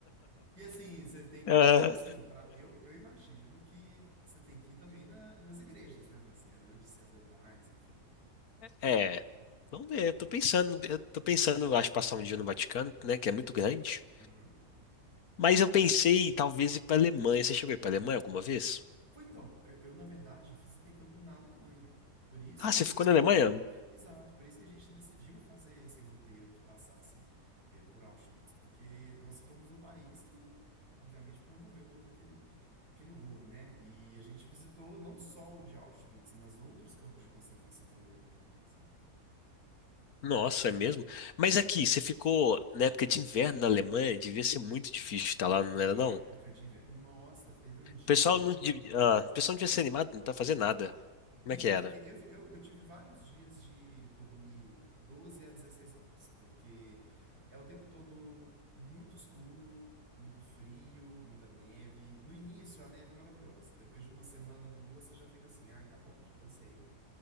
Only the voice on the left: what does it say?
Ah,
É, vamos ver. Eu tô pensando, eu tô pensando, eu acho, passar um dia no Vaticano, né? Que é muito grande.
Mas eu pensei, talvez, ir pra Alemanha. Você chegou a ir pra Alemanha alguma vez?
Ah, você
ficou
na Alemanha?
Nossa, é mesmo? Mas
aqui, você ficou na época de inverno na Alemanha, devia ser muito difícil estar lá, não era
não?
O pessoal não, de- ah, o pessoal não devia ser animado pra fazer nada. Como
é que
era?